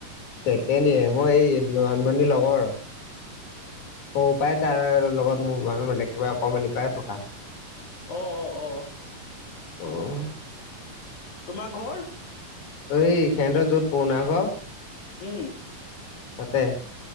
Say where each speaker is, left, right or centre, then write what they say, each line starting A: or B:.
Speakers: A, on the left; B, on the left.
A: ছেকেণ্ড ইয়েৰ মই এই নয়নমণি লগৰ। সৰু পৰাই তাৰ লগত মোৰ ভাল মানে, একেবাৰে অকমানি পৰা থকা।
B: অ-অ-অ
A: অ'হ
B: তোমাৰ ঘৰ?
A: এই হেতৰ য'ত পুৰণা ঘৰ
B: উম
A: তাতে